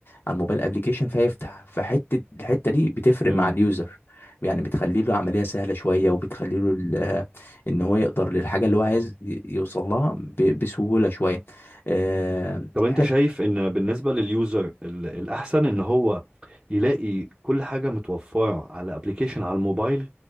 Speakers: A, on the left; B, on the right.
A: على الموبايل ابلكيشن فيفتح فحته الحته دي بتفرق
B: مم.
A: مع اليوزر يعني بتخلي له عمليه سهله شويه وبتخلي له ال- آه، ان هو يقدر للحاجه اللي هو عايز يوصل لها ب- بسهوله شويه آه،
B: طب انت
A: حت
B: شايف ان بالنسبة لليوزر ال- الاحسن ان هو يلاقي كل حاجة متوفرة على ابلكيشن على الموبايل